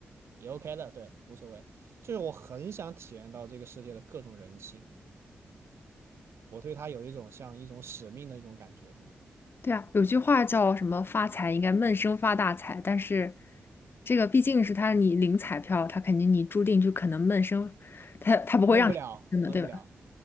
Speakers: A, on the right; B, on the left.
A: 也 OK 的，对，无所谓。就是我很想体验到这个世界的各种人性，我对他有一种像一种使命的一种感觉一样，
B: 对啊，有句话叫什么“发财应该闷声发大财”，但是这个毕竟是他你领彩票，他肯定你注定就可能闷声，他他不会让你闷声的，
A: 闷不了，闷不了。
B: 对吧？